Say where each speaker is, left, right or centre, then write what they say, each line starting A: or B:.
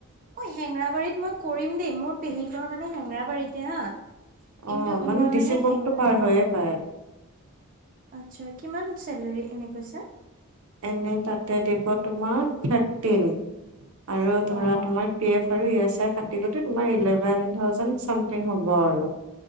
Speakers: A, on the right (about 35°); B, on the right (about 75°).
A: অ হেঙেৰাবাৰীত মই কৰিম দেই মোৰ পেহী ঘৰ মানে হেঙেৰাবাৰীতে হা কিন্তু
B: অ
A: মই
B: ডিচি
A: মানে
B: কটটো
A: হেঙ
B: পাৰ
A: অ
B: হৈয়ে পায়
A: আচ্ছা কিমান চেলেৰী এনে কৈছে
B: এনে তাতে দিব তোমাৰ থাৰ্টিন আৰু ধৰা
A: অ অ
B: তোমাৰ পি এফ আৰু ই এছ আই কাট <unintelligible> তোমাৰ ইলেৱেন থাওচেণ্ড চামথিং হ'ব আৰু